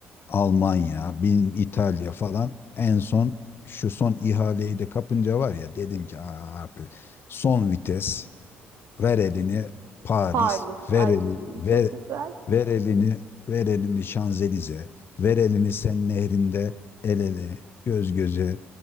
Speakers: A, on the left; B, on the right.
A: Almanya, bin İtalya falan. En son şu son ihaleyi de kapınca var ya dedim ki Aa, son vites. Ver elini Paris,
B: Paris.
A: ver
B: Ay
A: eli, ver,
B: çok güzel.
A: ver elini, ver elini Şanzelize, ver elini Sen nehrinde el ele, göz göze